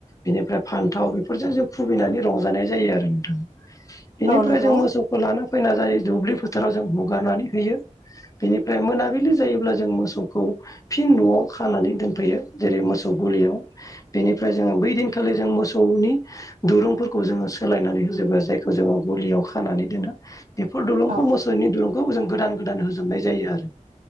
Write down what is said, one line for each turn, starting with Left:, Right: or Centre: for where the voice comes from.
Left: बेनिफ्राय फान्थाव बेफोरजों जों खुबैनानै रंजानाय जायो आरो नोंथां।
Right: औ
Left: ओमफ्राय
Right: नंगौ
Left: जों मोसौखौ लाना फैना जायो दुब्लि फोथाराव जों हगारनानै होयो। बेनिफ्राय मोनाबिलि जायोब्ला जों मोसौखौ फिन न'आव खानानै दोनफैयो जेरै मोसौ गलियाव बेनिफ्राय जोङो बै दिनखालि जों मोसौनि दुरुंफोरखौ जोङो सोलायनानै होजोबो जायखौ जोङो गलियाव खानानै दोनो बेफोर दलुंखौ
Right: औ
Left: मोसौ <unintelligible> गोदान गोदान होनाय जायो